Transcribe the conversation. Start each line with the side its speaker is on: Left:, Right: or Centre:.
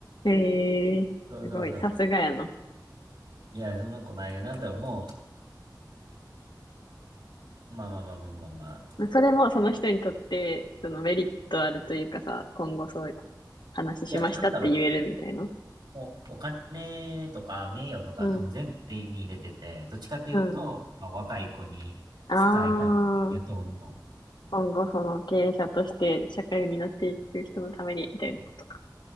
Left: へえ、
Right: <laughs> そうそうそう。
Left: すごい、さすがやな。
Right: いや、そんなことないよ。なんだろう、もう、まあまあまあまあまあまあ。
Left: まあそれもその人にとって、そのメリットあるというかさ、今後そういう話しましたって言えるみたいな。
Right: いや、なんだろう。もう、お金とか名誉とか多分全部手に入れてて、
Left: うん、
Right: どっちかというと、
Left: うん。
Right: まあ、若い子に
Left: ああ、
Right: 伝えたいやと思う。
Left: 今後その経営者として社会を担っていく人のために、みたいなことか。